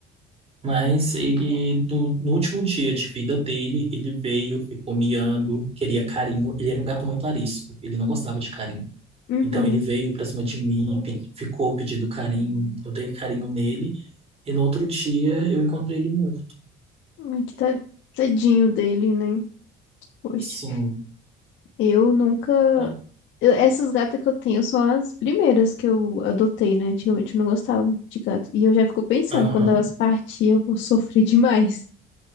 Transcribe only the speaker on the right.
Mas ele, do- no último dia de vida dele, ele veio, ficou miando, queria carinho. Ele era um gato muito arisco, ele não gostava de carinho.
Então ele veio pra cima de mim, pe- ficou pedindo carinho, eu dei carinho nele, e no outro dia eu encontrei ele morto.
Sim.
Ah,
Aham,